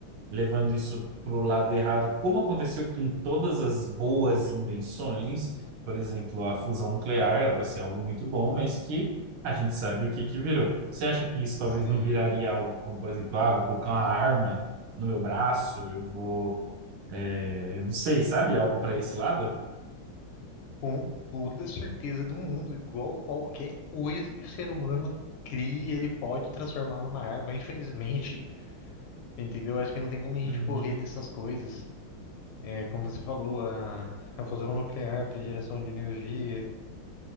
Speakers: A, on the right; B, on the left.
A: levando isso para o lado errado, como aconteceu com todas as boas invenções? Por exemplo, a fusão nuclear era para ser algo muito bom, mas que a gente sabe o que que virou. Você acha que isso talvez
B: Sim.
A: não viraria algo como, por exemplo, ah, vou colocar uma arma no meu braço, eu vou é, não sei, sabe? Algo para esse lado?
B: Com toda certeza do mundo, igual qualquer coisa que o ser humano cria, ele pode transformar numa arma, infelizmente. <laughs> Entendeu? Acho que não tem como a gente
A: Uhum,
B: correr dessas coisas. É, como você falou, a, a fusão nuclear para geração de energia.